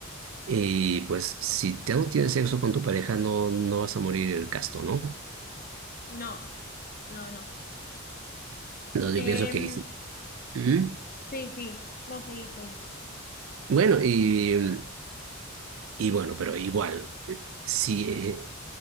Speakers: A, on the right; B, on the left.
A: Y pues si te no tienes sexo con tu pareja, no, no vas a morir casto, ¿no?
B: no, no, no.
A: Entonces
B: Em,
A: yo pienso que... sí. Ujú.
B: sí, sí, no, seguí, seguí.
A: Bueno, y, mm, y bueno, pero igual, eh, si eh,